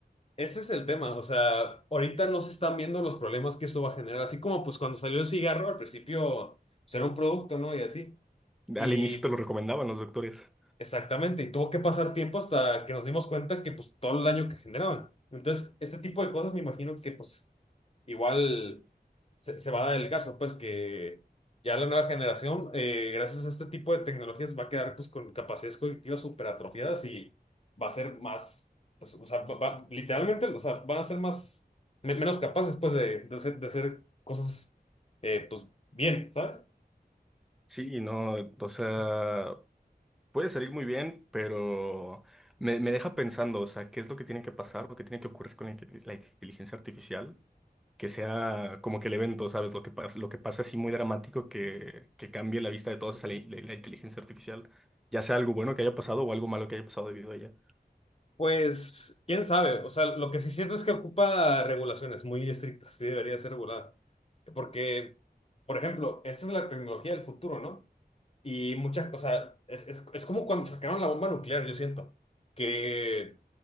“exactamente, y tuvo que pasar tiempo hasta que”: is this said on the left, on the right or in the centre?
Left